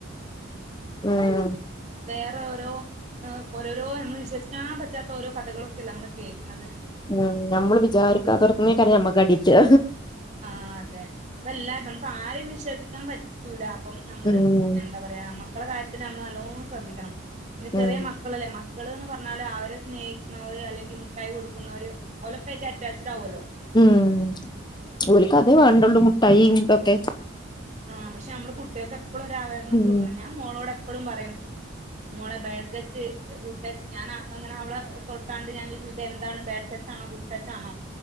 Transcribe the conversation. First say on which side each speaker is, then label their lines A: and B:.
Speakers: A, on the left; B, on the right.
A: ആഹ്
B: വേറെ ഓരോ ഓരോരോ നമ്മൾ വിശ്വസിക്കാൻ പറ്റാത്ത ഓരോ കഥകളൊക്കെല്ല നമ്മൾ കേക്ക്ണത്
A: ഉം ഞമ്മള് വിചാരിക്കാത്തോട്ത്ത്ന്നേകാരം നമ്മക്ക് അടിട്ടാ
B: ആഹ് അതെ ഇപ്പൊ എല്ലാ നമുക്ക് ആരിം വിശ്വസിക്കാൻ പറ്റൂല അപ്പം നമ്മള്
A: ഉം
B: എന്താ പറയാ മ ക്കള കാര്യത്തിൽ നമ്മൾ നല്ലോണം ശ്രദ്ധിക്കണം പിന്നെ
A: ഉം
B: ചെറിയ മക്കളല്ലേ മ ക്കൾന്ന് പർഞ്ഞാല് അവരെ സ്നേഹിക്കുന്നവര് അല്ലെങ്കിൽ മുട്ടായി കൊടുക്കുന്നവര് ഒലൊക്കായിട്ട് അറ്റാച്ചഡ് ആകുവല്ലോ
A: ഉം ഓൽക്ക് അതേ വേണ്ടുള്ളൂ മുട്ടായിം ഇതൊക്കെ
B: ആ പക്ഷെ നമ്മള് കുട്ടിയാൾക്കപ്പളും ഒരു അവറിനസ്
A: ഉം
B: കൊടുക്കണം ഞാന് മോളോട് എപ്പളും പറയും മോളെ ബാഡ് ടച്ച് ഗുഡ് ടച്ച് ഞാൻ അങ്ങനെ അവളെ തൊട്ടാണ്ട് ഞാൻ ഇത് എന്താണ് ബാഡ് ടച്ച് ആണോ ഗുഡ് ടച്ച് ആണോ